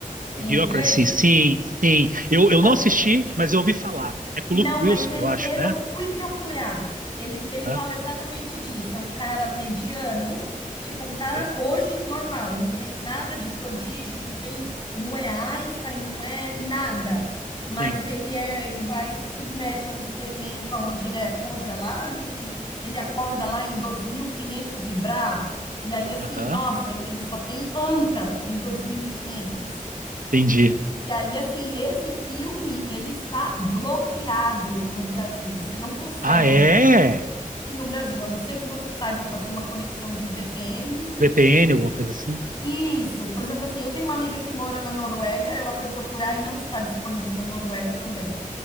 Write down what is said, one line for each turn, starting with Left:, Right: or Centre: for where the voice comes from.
Left: em
Right: Idiocracy,
Left: inglês?
Right: sim, sim. Eu, eu
Left: Tá
Right: não assisti,
Left: certo.
Right: mas eu ouvi falar. É com
Left: Não,
Right: o Luke Wilson,
Left: mas ele,
Right: eu acho,
Left: eu
Right: né?
Left: fui procurar. Ele, ele
Right: Aham,
Left: fala exatamente disso. É um cara mediano, tipo um cara
Right: sei.
Left: hoje normal, não tem nada de prodígio, não tem, não é Einstein, não é nada. Mas
Right: Sim, sim.
Left: ele é, ele vai se submete a um experimento onde ele é congelado e ele acorda lá em 2500 e quinhentos e brá. E aí assim,
Right: Aham,
Left: nossa, e ele só tem anta em 2500.
Right: entendi.
Left: E aí, assim, esse filme, ele está bloqueado no Brasil. Você não consegue
Right: Ah, é?
Left: assistir no Brasil, a não ser que você saiba fazer uma conexão de VPN.
Right: VPN, alguma coisa assim?
Left: Isso. Por exemplo, assim, eu tenho uma amiga que mora na Noruega, ela foi procurar e não está disponível na Noruega também.